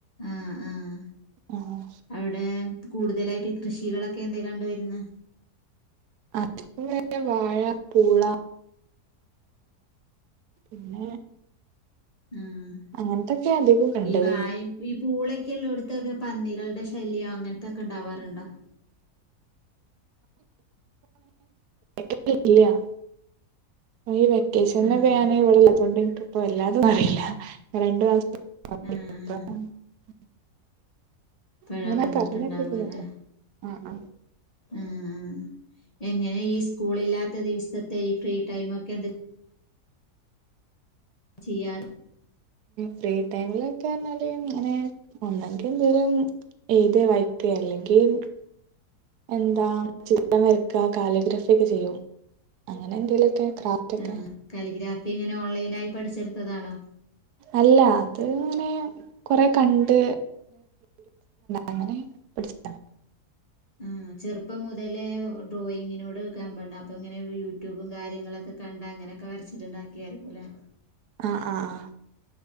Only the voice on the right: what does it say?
ആഹ്
അത്പോ <unintelligible> വാഴ പൂള പിന്നെ
അങ്ങനത്തൊക്കെ അധികം കണ്ടത്
കേില്ല <unintelligible> ഈ വെക്കേഷനൊക്കെ
ഞാന് ഇവിടില്ലാത്തോണ്ട് ഇപ്പൊ എല്ലാതും അറിയില്ല രണ്ടു മാ <unintelligible>
അങ്ങനെ
പറഞ്ഞി <unintelligible>
ആഹ് ആഹ്
ഫ്രീ ടൈമിലൊക്കെ പറഞ്ഞാല് അങ്ങനെ ഒന്നെങ്കി എന്തേലുംന്ന് എയുന്തെ വായിക്കെ അല്ലെങ്കിൽ എന്താ ചിത്രം വരക്ക കാലിയോഗ്രാഫി ഒക്കെ ചെയ്യും അങ്ങനെ എന്തേലുമൊക്കെ ക്രാഫ്റ്റ് ഒക്കെ
അല്ല അത് ഇങ്ങനെ കുറെ കണ്ട് അങ്ങനെ <unintelligible> പഠിച്ചതാ
ആഹ് ആഹ് ആഹ്